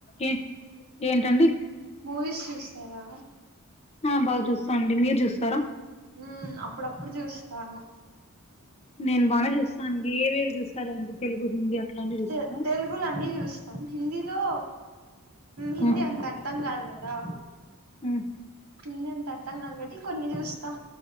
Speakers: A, on the left; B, on the right.
A: ఏ ఏంటండి
B: మూవీస్ చూస్తారా
A: ఆ బాగ జూస్తా అండి మీరు జూస్తారా
B: ఉమ్ అప్పుడప్పుడు జూస్తాను
A: నేను బానే చూస్తా అండి ఏవేవి జూస్తారు అంటే తెలుగు హిందీ అట్లా అన్ని జూస్తారా
B: తె తెలుగులో అన్ని జూస్తాం హిందీలో హిందీ
A: హ్మ్
B: అంత అర్థం గాదు గదా
A: హ్మ్
B: హిందీ అంత అర్థం గాదు గాబట్టి కొన్ని జూస్తాం